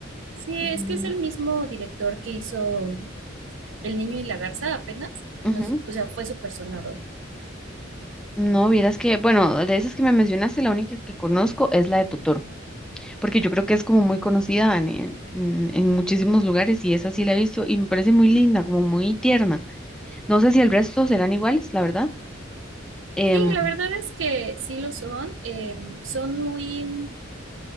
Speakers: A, on the right; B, in the centre.
A: Sí, es
B: Mm,
A: que es el mismo director que hizo El niño y la garza apenas, y
B: ujú.
A: nos, o sea, fue súper sonado.
B: No, vieras que, bueno, de esas que me mencionaste, la única que conozco es la de Totoro, porque yo creo que es como muy conocida en, en- en- en muchísimos lugares y esa sí la he visto y me parece muy linda, como muy tierna. No sé si el resto serán iguales, la verdad. Em,
A: Sí, la verdad es que sí lo son. eh, son muy,